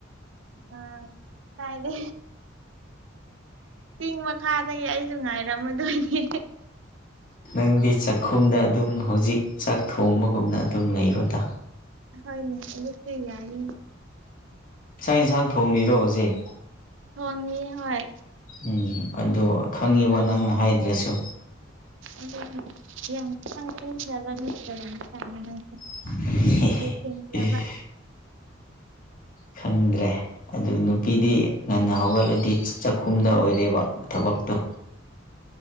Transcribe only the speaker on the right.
ꯑꯥ ꯀꯥꯏꯗꯦ ꯆꯤꯡ ꯃꯈꯥꯗꯒꯤ ꯑꯩꯁꯨ ꯉꯥꯏꯔꯝꯃꯗꯣꯏꯅꯦ
ꯍꯣꯏꯅꯦ ꯑꯗꯨꯁꯨ ꯌꯥꯏꯅꯦ
ꯊꯣꯡꯉꯤꯑꯦ ꯍꯣꯏ
<unintelligible>
ꯍꯩꯁꯤꯡꯈ꯭ꯔꯕ